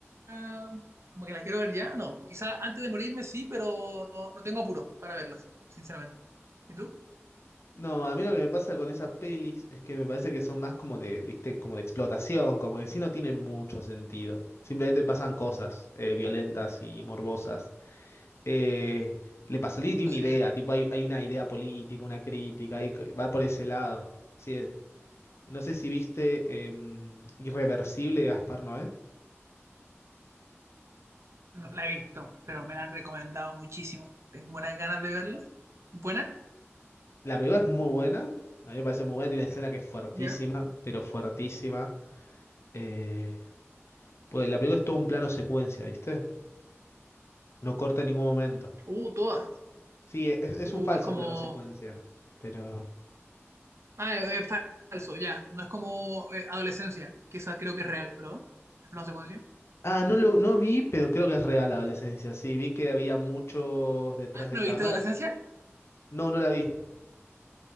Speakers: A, on the right; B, on the left.
A: ah, como que las quiero ver ya, no. Quizá antes de morirme sí, pero no, no tengo apuro para verlas, sinceramente. ¿Y tú?
B: No, a mí lo que me pasa con esas pelis es que me parece que son más como de, viste, como de explotación, como que sí no tienen mucho sentido. Simplemente pasan cosas eh, violentas y morbosas. Eh, Le Pasolini tiene
A: Sí.
B: una idea, tipo hay, hay una idea política, una crítica, hay- va por ese lado. Sí, no sé si viste em, Irreversible de Gaspar Noé.
A: No la he visto, pero me la han recomendado muchísimo. Tengo buenas ganas de verla. ¿Buena?
B: La película es muy buena. A mí me parece muy buena. Tiene una escena que es fuertísima,
A: ¿Ya?
B: pero fuertísima. Eh, pues la película es todo un plano secuencia, ¿viste? No corta en ningún momento.
A: Uh, todas.
B: Sí, e, es, es
A: Uh,
B: un falso
A: es como...
B: plano secuencia. Pero.
A: Ah, es, es falso, ya. No es como eh, Adolescencia, que esa creo que es real, ¿verdad? El plano secuencia.
B: Ah, no lo no vi, pero creo que es real la adolescencia. Sí, vi que había muchos detrás
A: Ah,
B: de
A: ¿no
B: cámara.
A: viste Adolescencia?
B: No, no la vi.